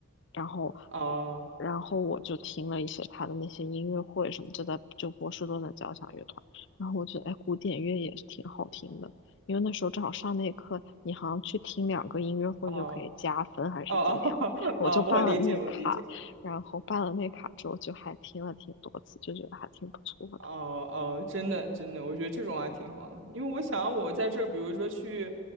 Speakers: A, on the left (about 60°); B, on the right (about 65°).
A: 然后，
B: 啊
A: 然后我就听了一些他的那些音乐会什么，就在就波士顿的交响乐团。然后我觉得，哎，古典乐也是挺好听的，因为那时候正好上那课，你好像去听两个音乐会就可以加分，
B: 啊
A: 还是怎么样？
B: 啊啊 <laughs>
A: 我就办了那个卡，
B: 哦，我理解我理解。
A: 然后办了那卡之后，就还听了挺多次，就觉得还挺不错的。
B: 哦哦，真的真的，我觉得这种还挺好的，因为我想我在这儿，比如说去